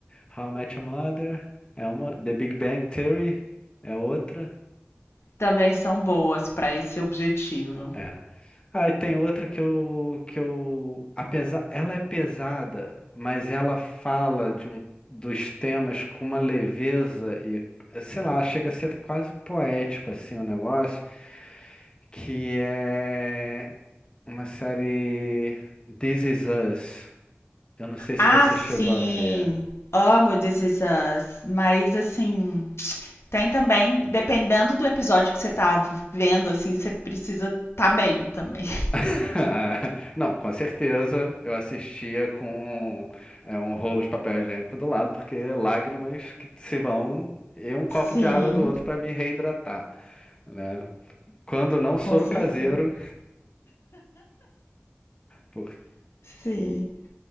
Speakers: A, on the left; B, on the left.
A: How I Met Your Mother é uma. The Big Bang Theory é outra.
B: Também são boas pra esse objetivo.
A: é. Ah, e tem outra que eu, que eu, apesar, ela é pesada, mas ela fala de um, dos temas com uma leveza e, sei lá, chega a ser quase poético assim o negócio, que é uma série This Is Us. Eu não sei se
B: Ah,
A: você
B: sim.
A: chegou a ver.
B: Amo This Is Us, mas assim, Tem também, dependendo do episódio que você tá vendo, assim, você precisa tá bem também.
A: <laughs> Ah, Não, com certeza eu assistia com é, um rolo de papel higiênico do lado, porque lágrimas que se vão e um copo
B: Sim,
A: de água do outro para me reidratar, né? Quando não
B: com
A: soro
B: certeza.
A: caseiro, porque.
B: Sim.